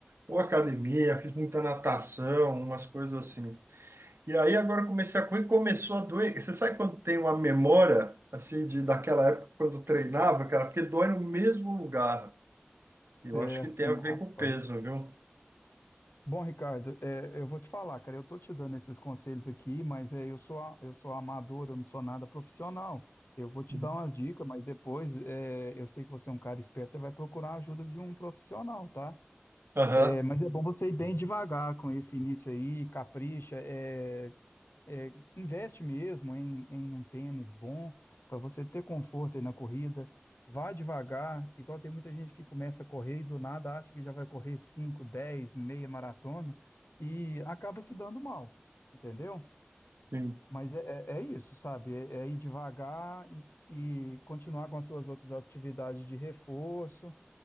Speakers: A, on the right (about 80°); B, on the left (about 75°).
A: ou academia, fiz muita natação, umas coisas assim. E aí agora eu comecei a correr, e começou a doer. Você sabe quando tem uma memória assim de daquela época quando eu treinava, cara, porque dói no mesmo lugar. E eu
B: certo,
A: acho que tem a ver
B: rapaz.
A: com o peso, viu?
B: Bom, Ricardo, é, eu vou te falar, cara, eu tô te dando esses conselhos aqui, mas é, eu sou, a- eu sou amador, eu não sou nada profissional. Eu vou te
A: Uhum.
B: dar umas dicas, mas depois é, eu sei que você é um cara esperto, você vai procurar a ajuda de um profissional, tá?
A: Aham.
B: É, mas é bom você ir bem devagar com esse início aí, capricha. é, é, investe mesmo em, em um tênis bom para você ter conforto aí na corrida. Vá devagar, igual tem muita gente que começa a correr e do nada acha que já vai correr 5, 10, meia maratona e acaba se dando mal, entendeu?
A: Sim.
B: Mas é, é- é isso, sabe? É, é ir devagar e, e continuar com as suas outras atividades de reforço,